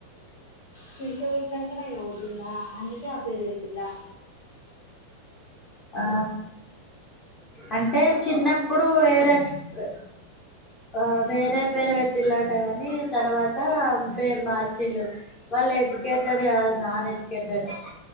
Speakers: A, on the left; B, on the left.
A: త్రిష పుట్టినంక నే ఈమే పుట్టింద అందుకే ఆ పేరు పెట్టి లా
B: అ అంటే చిన్నప్పుడు వేరే అ ఆ వేరే పేరు పెట్టిలట గా ని తర్వాత పేరు మార్చిలు వాళ్లు ఎడ్యుకేటెడ్ కాదు నాన్ ఎడ్యుకేటెడ్